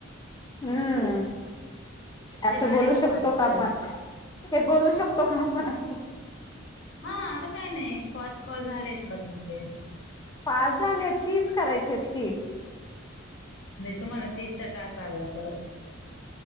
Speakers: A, on the left; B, on the left.
A: हम्म.
B: तुमचे
A: असं
B: झाले
A: बोलू शकतो
B: पाच कॉल
A: का आपण? हे काय बोलू शकतो का आपण असं?
B: हा आता काही नाही पाच कॉल झालेत का तुमचे?
A: पाच झाले तीस करायचे तीस.
B: नाही तुम्हाला तिसचा टास्क आलाय परत.